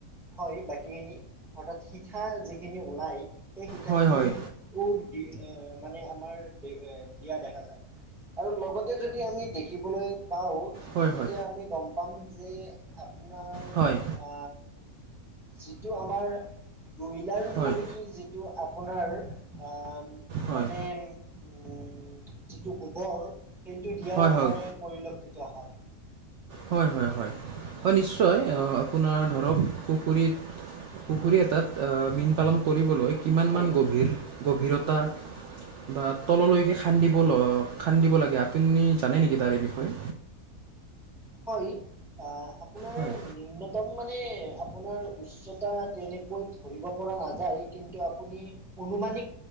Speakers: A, in the centre; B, on the right (about 65°).
A: হয়, বাকীখিনি অৰ্থাৎ সিঠা যিখিনি ওলাই সেই সিটাখিনি
B: হয় হয়
A: উক দি এ মানে আমাৰ দে দিয়া দেখা যায়। আৰু লগতে যদি আমি দেখিবলৈ পাওঁ
B: হয়
A: তেতিয়া
B: হয়
A: আমি গম পাম যে আপোনাৰ
B: হয়
A: আ যিটো আমাৰ ব্ৰইলাৰ
B: হয়
A: মুৰ্গী যি যিটো আপোনাৰ আ
B: হয়
A: মানে উম যিটো গোবৰ সেইটো দিয়াও
B: হয় হয়
A: মানে পৰিলক্ষিত হয়।
B: হয়, হয়, হয়। হয়, নিশ্চয় আপোনাৰ ধৰক পুখুৰীত পুখুৰী এটাত আ মীন পালন কৰিবলৈ কিমানমান
A: হয়
B: গভীৰ গভীৰতা বা তললৈকে খান্দিব ল খান্দিব লাগে আপুনি জানে নেকি তাৰে বিষয়ে?
A: হয়, আ আপোনাৰ
B: হয়,
A: নিম্ন তম মানে আপোনাৰ উচ্চতা তেনেকৈ ধৰিব পৰা নাযায়, কিন্তু আপুনি অনুমানিক